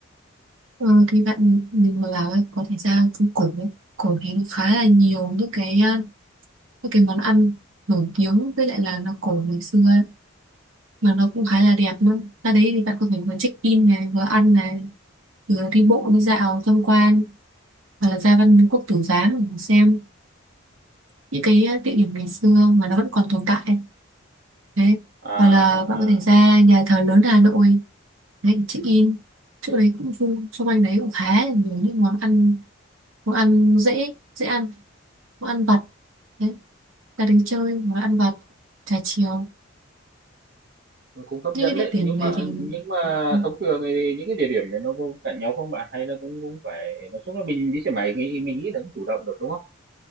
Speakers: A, on the right; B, on the right.
A: ờ, thì bạn mình mà bảo ấy, có thể ra phố cổ ấy. cổ thì nó khá là nhiều những cái ờ, những cái món ăn nổi tiếng với lại là nó cổ ngày xưa ấy. mà nó cũng khá là đẹp nữa ra đấy thì bạn có thể vừa check in này vừa ăn này vừa đi bộ đi dạo tham quan hoặc là ra Văn Miếu Quốc Tử Giám để xem những cái ờ, địa điểm ngày xưa mà nó vẫn còn tồn tại đấy
B: À,
A: hoặc là
B: à,
A: bạn có thể
B: à.
A: ra nhà thờ lớn Hà Nội đấy để check in chỗ đấy cũng vui xung quanh đấy cũng khá là nhiều những món ăn món ăn dễ dễ ăn món ăn vặt đấy ra đến chơi món ăn vặt trà chiều
B: cũng hấp
A: những
B: dẫn
A: cái địa
B: đấy,
A: điểm
B: nhưng
A: này
B: mà
A: thì
B: nhưng mà
A: ừ,
B: thông thường thì những cái địa điểm này nó có cạnh nhau không bạn? Hay là cũng cũng phải nói chung là mình đi xe máy nghĩ mình nghĩ là cũng chủ động được, đúng không?